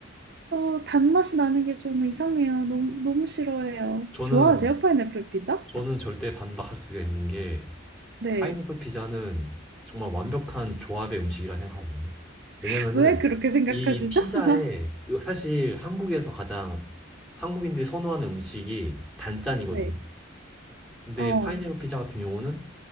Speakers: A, on the right; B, in the centre.
A: 어, 단맛이 나는 게 저는 이상해요. 너무, 너무 싫어해요.
B: 저는
A: 좋아하세요, 파인애플 피자?
B: 저는 절대 반박할 수가 있는 게
A: 네.
B: 파인애플 피자는 정말 완벽한 조합의 음식이라 생각하거든요. 왜냐면은
A: <laughs> 왜 그렇게 생각하시죠?
B: 이 피자에
A: <laughs>
B: 사실 한국에서 가장 한국인들이 선호하는 음식이 단짠이거든요.
A: 네.
B: 근데
A: 어.
B: 파인애플 피자 같은 경우는